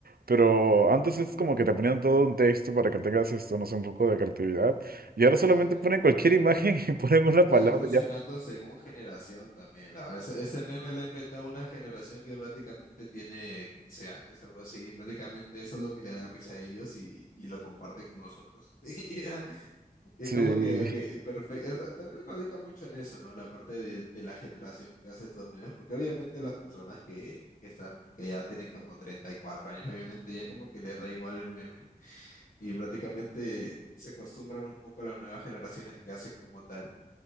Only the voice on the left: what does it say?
Va,
va
evolucionando
según generación también. la- ese, ese meme lo ha inventado una generación que prácticamente tiene 15 años, algo así. y prácticamente eso es lo que le da risa a ellos y, y lo comparte con nosotros. <laughs> Y ya, es
como que, ok, perfecto. También radica mucho en eso, ¿no? La parte de, de la generación que hace estos memes, porque obviamente las personas que, que están, que ya tienen como 34 años, obviamente ya como que les da igual el meme. y prácticamente se acostumbran un poco a las nuevas generaciones que hacen como tal.